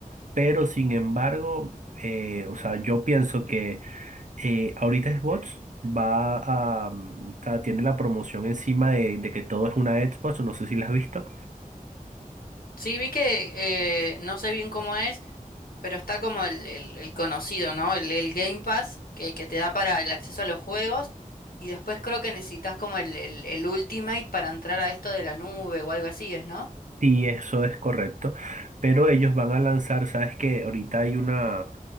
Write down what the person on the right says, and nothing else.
Pero sin embargo, eh, o sea, yo pienso que eh, ahorita Xbox va a, mm, o sea, tiene la promoción encima de, de que todo es una Xbox, no sé si la has visto.
Sí, eso es correcto. Pero ellos van a lanzar, sabes que ahorita hay una, o